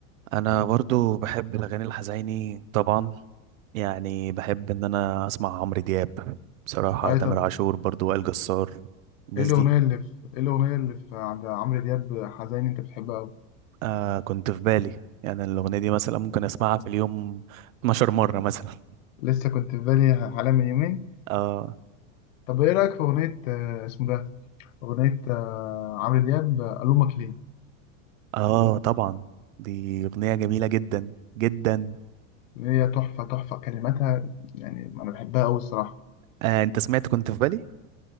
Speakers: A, on the right (about 80°); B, on the left (about 75°).
A: انا برضو بحب الاغاني الحزيني طبعا يعني بحب ان انا اسمع عمرو دياب بصراحه
B: اي
A: تامر
B: طب
A: عاشور برضو وائل جسار الناس
B: ايه الاغنيه
A: دي
B: اللي في ايه الاغنيه اللي في عند عمرو دياب حزين انت بتحبها قوي
A: آه كنت في بالي يعني الاغنيه دي مثلا ممكن اسمعها في اليوم 12 مره مثلا <laughs>
B: لسه كنت في بالي حالا من يومين
A: اه
B: طب ايه رايك في اغنيه آه، اسمه ده اغنيه آه، عمرو دياب آه، الومك ليه
A: اه طبعا دي اغنيه جميله جدا جدا
B: اللي هي تحفه تحفه كلماتها يعني انا بحبها قوي الصراحه
A: آه انت سمعت كنت في بالي